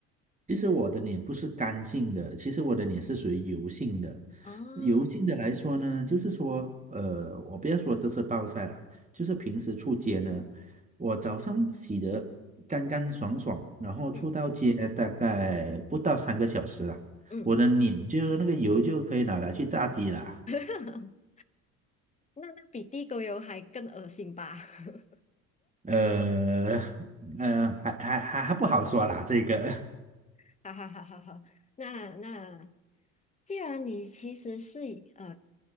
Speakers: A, on the right; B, on the left.
A: 其实我的脸不是干性的，其实我的脸是属于油性的。
B: 哦，
A: 油性的来说呢，就是说，呃，我不要说这次暴晒了，就是平时出街呢，我早上洗得干干爽爽，然后出到街大概不到三个小时了，
B: 嗯嗯。
A: 我的脸就那个油就可以拿来去炸鸡了。
B: <laughs> 那那比地沟油还更恶心吧？<laughs>
A: 呃呃，还还还还不好说啦，这个，
B: <laughs> 哈哈哈哈哈。那那，既然你其实是以呃